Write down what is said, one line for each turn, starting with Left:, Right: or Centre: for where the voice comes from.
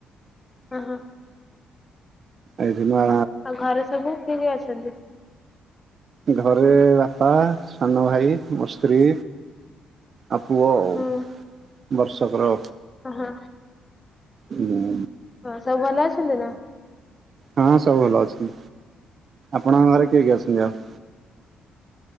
Left: ହଁ ହଁ।
Right: ଆଜିମା
Left: ଆଉ ଘରେ ସବୁ କିଏ କିଏ ଅଛନ୍ତି?
Right: ଘରେ ବାପା ସାନ ଭାଇ ମୋ ସ୍ତ୍ରୀ। ଆଉ ପୁଅ ଆଉ
Left: ହୁଁ
Right: ବର୍ଷକର।
Left: ହଁ ହଁ।
Right: ହୁଁ।
Left: ହଁ ସବୁ ଭଲ ଅଛନ୍ତି ନା।
Right: ହଁ ସବୁ ଭଲ ଅଛି। ଆପଣଙ୍କ ଘରେ କିଏ କିଏ ଅଛନ୍ତି ଆଉ?